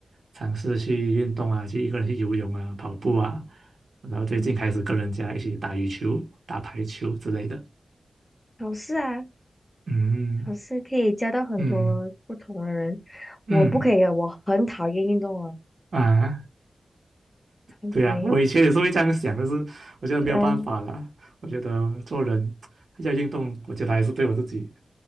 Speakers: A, on the right; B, on the left.
A: 尝试去运动啊，去一个人去游泳啊、跑步啊，然后最近开始跟人家一起打羽球、
B: 嗯，
A: 打排球之类的。
B: 好事啊。
A: 嗯
B: 老师可以交到很多不同的人，
A: 嗯嗯
B: 我不可以，啊，我很讨厌运动啊，
A: 啊，
B: 很讨厌。
A: 对呀、我以前也是会这样想，但是我觉得没有办法啦。
B: 嗯
A: 我觉得做人要运动，我觉得还是对我自己，